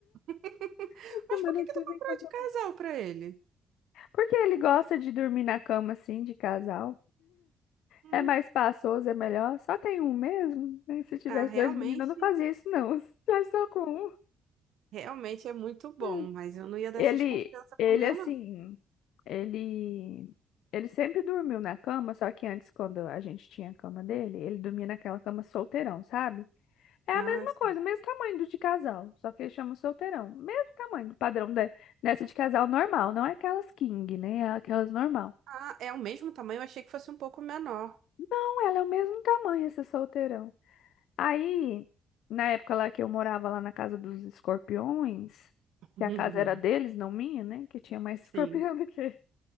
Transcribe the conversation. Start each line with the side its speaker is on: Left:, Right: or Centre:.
Right: <laughs>
Left: <laughs> Semana
Right: Mas por que que
Left: que
Right: tu
Left: vem
Right: comprou
Left: comprar.
Right: de casal pra ele?
Left: Porque ele gosta de dormir na cama, assim, de casal.
Right: Hum,
Left: É mais espaçoso, é melhor. Só tem um mesmo, né? Se tivesse
Right: ah, realmente,
Left: dois meninos, eu não fazia isso, não. <laughs> Já só com um.
Right: realmente é muito bom,
Left: Hum.
Right: mas eu não ia dar
Left: Ele,
Right: essas confianças
Left: ele
Right: pro meu,
Left: assim,
Right: não.
Left: ele, ele sempre dormiu na cama, só que antes, quando a gente tinha a cama dele, ele dormia naquela cama solteirão, sabe? É a
Right: Ah,
Left: mesma
Right: sim.
Left: coisa, o mesmo tamanho do de casal, só que ele chama solteirão. Mesmo tamanho do padrão de, dessa de casal normal, não é aquelas king, né? É aquelas normal.
Right: Ah, é o mesmo tamanho, eu achei que fosse um pouco menor.
Left: Não, ela é o mesmo tamanho, essa solteirão. Aí, na época lá que eu morava lá na casa dos escorpiões,
Right: <laughs>
Left: que a casa era deles, não minha, né? Que tinha mais <laughs> escorpião
Right: Sim.
Left: do que,